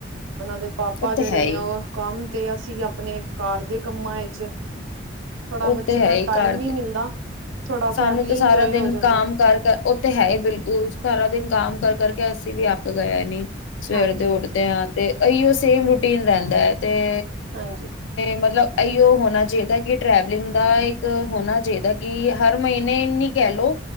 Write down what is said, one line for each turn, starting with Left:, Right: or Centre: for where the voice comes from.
Right: ਦੇ ਪਾਪਾ
Left: ਉਹ
Right: ਜਿਹੜੇ
Left: ਤੇ ਹੈ
Right: ਨੇ
Left: ਹੀ
Right: ਉਹ ਕੰਮ ਤੇ ਅਸੀਂ ਆਪਣੇ ਕਾਰ ਦੇ ਕੰਮਾਂ ਵਿਚ ਥੋੜਾ
Left: ਉਹ ਤੇ ਹੈ
Right: ਨਾ
Left: ਹੀ
Right: ਟਾਈਮ
Left: ਘਰ
Right: ਨੀ
Left: ਦੇ
Right: ਮਿਲਦਾ ਥੋੜਾ
Left: ਸਾਨੂੰ
Right: ਫੈਮਲੀ
Left: ਤੇ ਸਾਰਾ
Right: ਇੰਜੋਏ
Left: ਦਿਨ
Right: ਹੋ ਜਾਂਦਾ
Left: ਕੰਮ ਕਰ ਉਹਥ ਹੈ ਬਿਲਕੁਲ ਸਾਰਾ ਦਿਨ ਆਮ ਕਰ ਕਰਕੇ ਅਸੀਂ ਵੀ ਅੱਕ ਗਏ ਨੀ ਸਵੇਰ
Right: ਹਾਂਜੀ
Left: ਦੇ ਉੱਠਦੇ
Right: ਹਾਂਜੀ
Left: ਹਾਂ ਤੇ ਅਹੀਓ ਸੇਮ ਰੁਟੀ ਪੀਨ ਰਹਿੰਦਾ ਹੈ ਤੇ
Right: ਹਾਂਜੀ
Left: ਮਤਲਬ ਇਓ ਹੋਣਾ ਚਾਹੀਦਾ ਕਿ ਟਰੈਵਲਿੰਗ ਦਾ ਇੱਕ ਹੋਣਾ ਚਾਹੀਦਾ ਕਿ ਹਰ ਮਹੀਨੇਨੀ ਕਹਿ ਲੋੋ